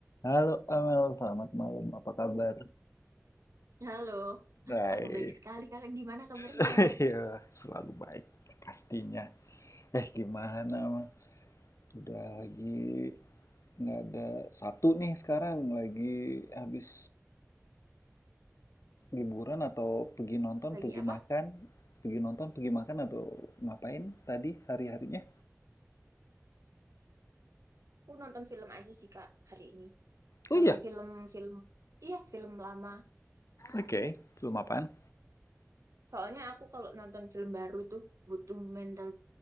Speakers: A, on the left (about 70°); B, on the right (about 75°).
A: Halo Amel, selamat malam. Apa kabar?
B: Halo,
A: Baik,
B: aku baik sekali kakak. Gimana kabarnya?
A: <laughs> ya selalu baik pastinya. Eh gimana mah? Udah lagi nggak ada Sabtu nih sekarang lagi habis liburan atau pergi nonton,
B: Lagi
A: pergi
B: apa?
A: makan, pergi nonton, pergi makan atau ngapain tadi hari-harinya?
B: Aku nonton film aja sih kak hari ini.
A: Oh
B: Nonton
A: iya,
B: film-film, iya film lama.
A: oke. Film apaan?
B: Soalnya aku kalau nonton film baru tuh butuh mental